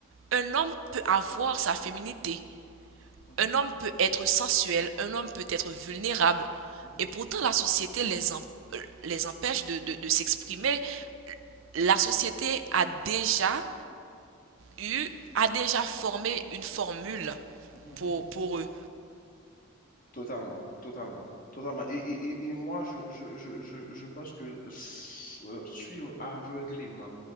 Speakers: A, on the right (about 65°); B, on the left (about 40°).
A: Un homme peut avoir sa féminité,
B: mhm,
A: Un homme peut être sensuel, un homme peut être vulnérable,
B: mhm,
A: et pourtant la société les, em- euh, les empêche de, de- de s'exprimer. La société a déjà eu, a déjà formé une formule
B: mhm, mhm.
A: pour, pour eux.
B: Totalement, totalement, totalement. Et, et, et, et moi, je, je, je, je, je pense que s- euh, suivre aveuglément